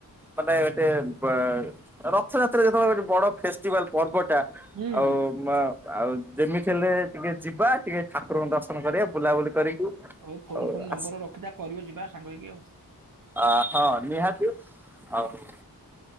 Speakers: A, in the centre; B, on the right.
A: ମାନେ ଗଟେ ବେ ରଥଯାତ୍ରା ଯେତେବେଳେ ଗୋଟେ ବଡ ଫେସ୍ଟିଭାଲ ପର୍ବ ଟା
B: ହୁଁ।
A: ଆଉ ମ ଆଉ ଯେମିତି ହେଲେ ଟିକେ ଯିବା ଟିକେ ଠାକୁରଙ୍କ ଦର୍ଶ ନ କରିବା ବୁଲାବୁଲି କରିକି
B: ହଉ ଫୋନ
A: ଆଉ
B: ଫୋନ ନମ୍ବର
A: ଆସ
B: ରଖିଥା କରିବ ଯିବା ସାଙ୍ଗ ହେଇକି ଆଉ।
A: ଅ ହଁ ନିହାତି ଆଉ।